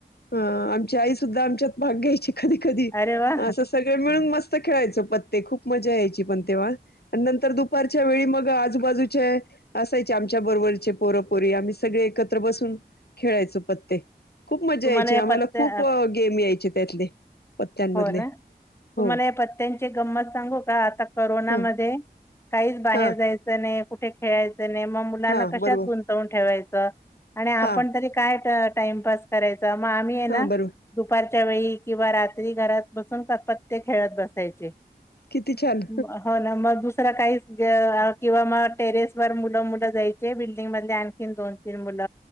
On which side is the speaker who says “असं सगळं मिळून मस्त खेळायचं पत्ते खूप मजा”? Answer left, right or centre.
Left